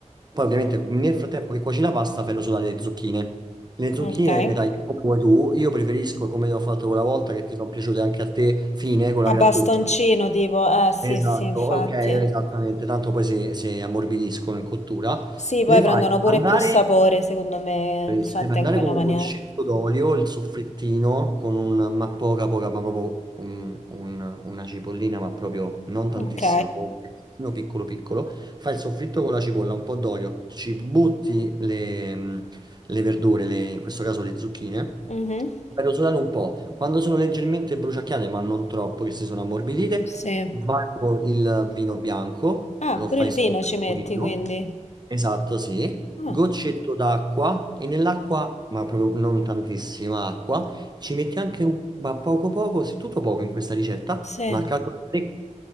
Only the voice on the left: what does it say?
Okay.
A
bastoncino tipo, eh sì,
sì, infatti.
Sì, poi
prendono
pure
più sapore, secondo me,
fatte
in quella
maniera.
Ok.
Mhm.
Sì.
Ah,
pure
il
vino ci
metti,
quindi.
Ah,
sì.